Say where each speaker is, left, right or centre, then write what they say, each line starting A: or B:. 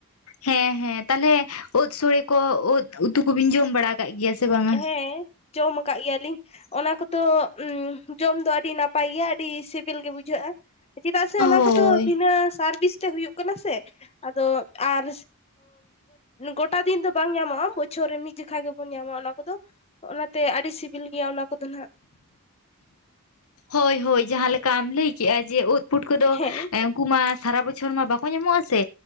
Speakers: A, on the left; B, on the left.
A: ᱦᱮᱸ ᱦᱮᱸ ᱛᱟᱦᱚᱞᱮ ᱩᱫ ᱥᱳᱲᱮ ᱠᱚ ᱩᱫ ᱩᱛᱩ ᱠᱚᱵᱤᱱ ᱡᱚᱢ ᱵᱟᱲᱟ ᱟᱠᱟᱫ ᱜᱮᱭᱟ ᱥᱮ ᱵᱟᱝᱟ?
B: ᱦᱮᱸ ᱾ ᱡᱚᱢ ᱟᱠᱟᱫ ᱜᱮᱭᱟᱞᱤᱧ ᱾ ᱚᱱᱟ ᱠᱚᱫᱚ ᱡᱚᱢ ᱫᱚ ᱟᱹᱰᱤ ᱱᱟᱯᱟᱭ ᱜᱮᱭᱟ ᱟᱹᱰᱤ ᱥᱤᱵᱤᱞ ᱜᱮ ᱵᱩᱡᱷᱟᱹᱜᱼᱟ ᱾ ᱪᱮᱫᱟᱜ ᱥᱮ
A: ᱦᱳᱭ
B: ᱚᱱᱟ ᱠᱚᱫᱚ ᱵᱤᱱᱟᱹ ᱥᱟᱨᱵᱤᱥ ᱛᱮ ᱦᱩᱭᱩᱜ ᱥᱮ ᱟᱫᱚ ᱟᱨ ᱜᱚᱴᱟ ᱫᱤᱱ ᱫᱚ ᱵᱟᱝ ᱧᱟᱢᱚᱜᱼᱟ ᱵᱚᱪᱷᱚᱨ ᱨᱮ ᱢᱤᱫ ᱡᱚᱠᱷᱟ ᱜᱮᱵᱚᱱ ᱧᱟᱢᱟ ᱚᱱᱟ ᱠᱚᱫᱚ ᱚᱱᱟᱛᱮ ᱟᱹᱰᱤ ᱥᱤᱵᱤᱞ ᱜᱮᱭᱟ ᱚᱱᱟ ᱠᱚᱫᱚ ᱱᱟᱦᱟᱸᱜ᱾
A: ᱦᱳᱭ ᱦᱳᱭ ᱡᱟᱦᱟᱸ ᱞᱮᱠᱟᱢ ᱞᱟᱹᱭ ᱠᱮᱜᱼᱟ ᱡᱮ ᱩᱫ ᱯᱩᱴᱠᱟᱹ ᱫᱚ
B: ᱦᱮᱸ
A: ᱩᱱᱠᱩ ᱢᱟ ᱥᱟᱨᱟ ᱵᱚᱪᱷᱚᱨ ᱢᱟ ᱵᱟᱠᱚ ᱧᱟᱢᱚᱜᱼᱟ ᱥᱮ